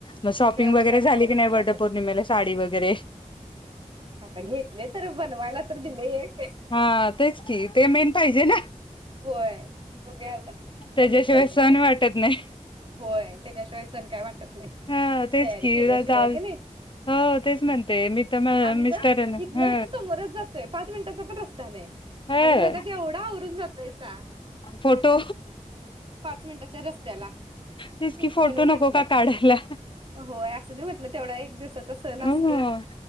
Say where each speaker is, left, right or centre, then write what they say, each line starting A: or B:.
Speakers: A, on the left; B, on the right.
A: मग शॉपिंग
B: काय एवढं
A: वगैरे
B: काय असं
A: झाली की, नाही
B: वाटत
A: वटपौर्णिमेला साडी वगैर- वैगरे
B: आता घेतले तर बनवायला तर दिलय एक
A: हा तेच की ते मेन पाहिजे ना
B: होय. बघूया आता
A: त्याच्याशिवाय
B: देतात काय ते
A: सण वाटत नाही.
B: होय त्याच्याशिवाय सण काय वाटत नाही
A: हा तेच
B: तयारी
A: की
B: केल्याशिवाय
A: चाल
B: की, नाही
A: हो तेच म्हणते मी तर
B: आम्ही
A: मिस्टर
B: तर इथन
A: ह
B: इथ समोरच जातोय पाच मिनटाचा रस्ता नाही.
A: ह
B: आणि म्हणत्यात एवढा आवरून जात. तैसा
A: फोटो
B: मिनिटाच्या रस्त्याला
A: तेच
B: म्हणून
A: कि फोटो
B: म्हटलं
A: नको का काढायला.
B: होय असं दे म्हटलं तेवढा एक दिवसाचा सण असतोय
A: ह